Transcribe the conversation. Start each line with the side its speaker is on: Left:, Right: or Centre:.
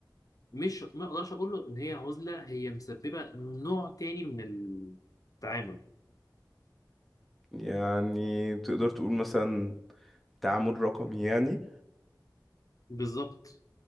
Left: مش ما اقدرش اقول له ان هي عزله هي مسببه نوع تاني من التعامل
Centre: يعني تقدر تقول مثلا تعامل رقمي يعني
Left: بالظبط